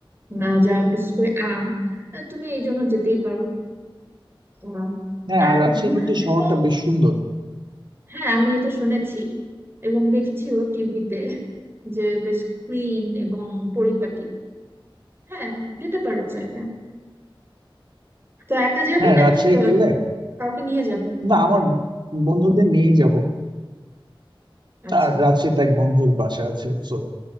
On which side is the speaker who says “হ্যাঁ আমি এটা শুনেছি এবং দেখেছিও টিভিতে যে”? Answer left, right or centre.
Right